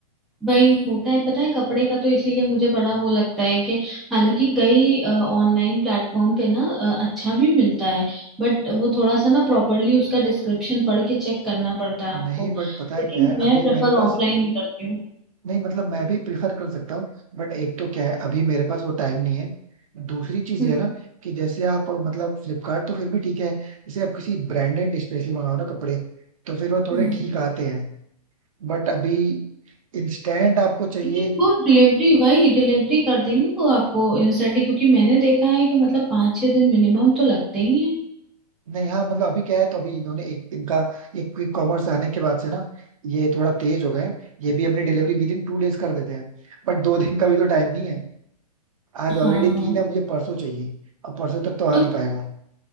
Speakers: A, in the centre; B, on the right.
A: वही होता है पता है कपड़े का तो इसीलिए मुझे बड़ा वो लगता है कि हालांकि कई ऑनलाइन प्लेटफॉर्म पे ना अ, अच्छा भी मिलता है बट वो थोड़ा सा ना प्रॉपरली उसका डिस्क्रिप्शन पढ़ के चेक करना पड़ता है आपको
B: नहीं बट पता है
A: लेकिन
B: क्या है
A: मैं
B: अभी
A: प्रेफर
B: मेरे पास
A: ऑफलाइन ही करती हूँ
B: नहीं मतलब मैं भी प्रिफर कर सकता हूँ बट एक तो क्या है अभी मेरे पास वो टाइम नहीं है दूसरी चीज
A: हम्म
B: ये है ना कि जैसे आप मतलब फ्लिपकार्ट तो फिर भी ठीक है जैसे आप किसी ब्रांडेड स्पेशली मंगाओ ना कपड़े तो फिर वो थोड़े
A: हम्म।
B: ठीक आते हैं बट अभी इंस्टेंट आपको चाहिए
A: लेकिन वो डिलीवरी वही डिलीवरी कर देंगे वो आपको इंस्टेंटली क्योंकि मैंने देखा है कि मतलब पाँच छः दिन मिनिमम तो लगते ही हैं
B: नहीं हाँ मतलब अभी क्या है तो अभी इन्होंने एक इनका एक क्विक कॉमर्स आने के बाद से ना ये थोड़ा तेज हो गए हैं। ये भी अपनी डिलीवरी विद इन टू डेज कर देते हैं बट दो दिन का भी तो टाइम नहीं है आज
A: हाँ
B: ऑलरेडी तीन है मुझे परसों चाहिए और परसों तक तो आ
A: तो
B: नहीं पाएगा